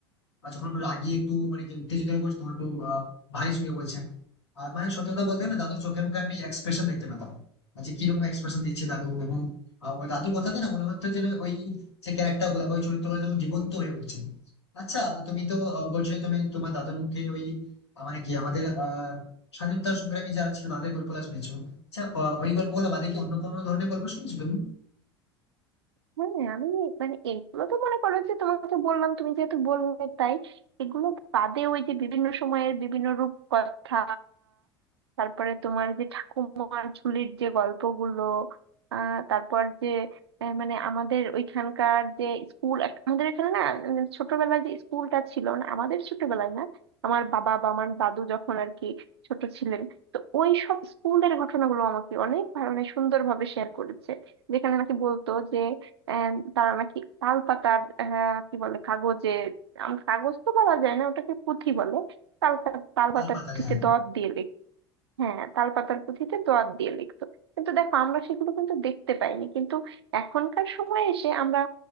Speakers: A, on the left; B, on the right.
A: বা যখন একটু রাগিয়ে একটু মানে কি উত্তেজিত হয়ে পড়ছে তখন একটু আহ, ভারী সুরে বলছেন আর মানে সত্যি কথা বলতে না দাদুর চোখে মুখে আমি এক্সপ্রেশন দেখতে পেতাম আর যে কিরকম এক্সপ্রেশন দিচ্ছে দাদু এবং আহ, ওই দাদুর কথাতে না মনে হচ্ছে যেন ওই যে ক্যারেক্টার গুলা বা ওই চরিত্রগুলো যখন জীবন্ত হয়ে উঠছে আচ্ছা তুমি তো আহ, বলছিলে তুমি তোমার দাদুর মুখে ওই আহ, মানে কি আমাদের আহ স্বাধীনতা সংগ্রামী যারা ছিল তাদের গল্পগুলো শুনেছো আচ্ছা আহ, ওই গল্পগুলো বাদে কি অন্য কোনো ধরনের গল্প শুনেছো তুমি
B: হ্যাঁ আমি মানে এগুলো তো মনে করো যে তোমাকে বললাম তুমি যেহেতু বললে তাই এগুলো বাদে ওই যে বিভিন্ন সময়ের বিভিন্ন রূপকথা তারপরে তোমার যে ঠাকুমার ঝুলির যে গল্পগুলো আহ তারপর যে আহ, মানে আমাদের ওইখানকার যে স্কুল আমাদের এখানে না উম, ছোটবেলায় যে স্কুলটা ছিল না আমাদের ছোটবেলায় না আমার বাবা বা আমার দাদু যখন আর কি ছোট ছিলেন তো ওই সব স্কুলের ঘটনাগুলো আমাকে অনেক ভালো মানে সুন্দরভাবে শেয়ার করেছে যেখানে নাকি বলতো যে আহ, তারা নাকি তাল পাতার আহ, কি বলে কাগজে আম- কাগজ তো বলা যায় না ওটাকে পুঁথি বলে তাল পা- তাল
A: তাল
B: পাতার
A: পাতালে
B: পুঁথিতে
A: হ্যাঁ
B: দত দিয়ে লিখ হ্যাঁ তাল পাতার পুঁথিতে দত দিয়ে লিখতো কিন্তু দেখো আমরা সেগুলো কিন্তু দেখতে পাইনি কিন্তু এখনকার সময়ে এসে আমরা